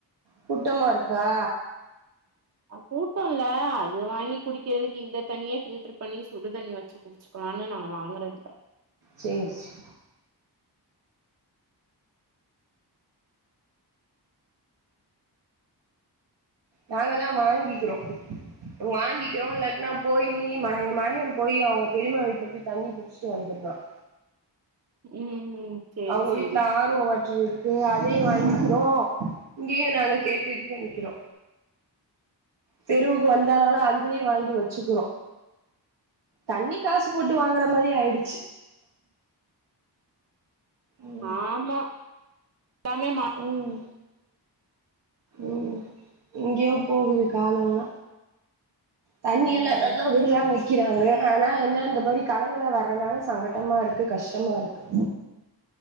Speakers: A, on the right; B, on the right.
A: கூட்டமா இருக்கா
B: கூட்டோ இல்ல அது வாங்கி குடிக்கிறதுக்கு இந்த தண்ணியே பில்டர் பண்ணி சுடு தண்ணி வச்சு குடிச்சுக்கலான்னு நாங்க வாங்குறதுல்ல
A: செர் செர் நாங்க தா வாங்கிக்கிறோ வாங்கிக்கிறோ இல்லாட்டினா போயி மக மகேன் போய் அவுங்க பெரியம்மா வீட்டுல போய் தண்ணி புடிச்சிட்டு வந்துட்றான்
B: ம் சேரி
A: அவுங்க
B: சேரி
A: வீட்டுல ஆர் ஓ வாட்டர் இருக்கு அதயு வாங்கி கிறோ இங்கேயு நாங்க கேட்டு இது பண்ணிக்கிறோ தெருவுக்கு வந்தானாலு அதுலயு வாங்கி வெச்சுக்கிறோ தண்ணி காசு போட் டு வாங்குற மாரி ஆயிடுச்சு ம்
B: ஆமா <inaudible> லாமே <inaudible>
A: ம் ம் எங்கேயோ போகுது காலோல்லா தண்ணி
B: ம்
A: எல்லா நல்லா விடுறாங்க க்கிறாங்க ஆனா என்ன இந்த மாரி கலங்கலா வர்றனால சங்கட்டமா இருக்கு கஷ்டமாருக்கு